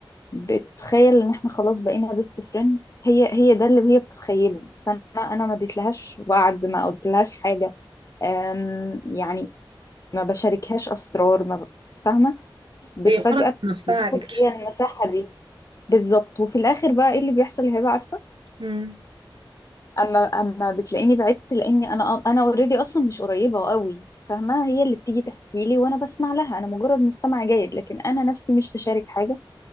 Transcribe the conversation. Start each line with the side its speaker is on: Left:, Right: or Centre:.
Left: بتخيل ان احنا خلاص بقينا بيست فريند هي هي ده اللي هي بتتخيله بس انا انا ما اديتلهاش وعد ما قلتلهاش حاجة أم يعني ما بشاركهاش اسرار ما ب- فاهمة بتفجأة
Right: هي فرضت نفسها
Left: بتاخد
Right: عليكي
Left: هي المساحة دي بالظبط وفي الاخر بقى ايه اللي بيحصل هبة عارفة
Right: امم
Left: اما اما بتلاقيني بعدت لاني انا انا اوريدي اصلا مش قريبه قوي فاهمه هي اللي بتيجي تحكي لي وانا بسمع لها انا مجرد مستمع جيد لكن انا نفسي مش بشارك حاجه